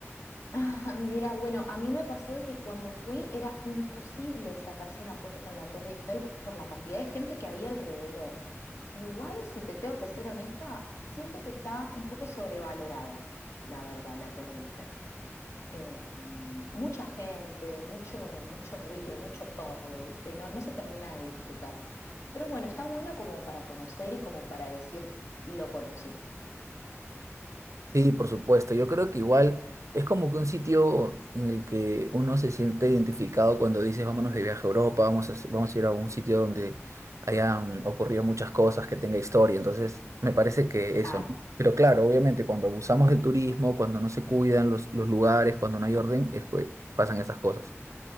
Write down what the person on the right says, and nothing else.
Sí, por supuesto. Yo creo que igual es como que un sitio en el que uno se siente identificado cuando dices vámonos de viaje a Europa, vamos a, vamos a ir a un sitio donde hayan ocurrido muchas cosas, que tenga historia. Entonces, me parece que
eso, ¿no? Pero claro, obviamente cuando abusamos del turismo, cuando no se cuidan los, los lugares, cuando no hay orden, es que pasan esas cosas.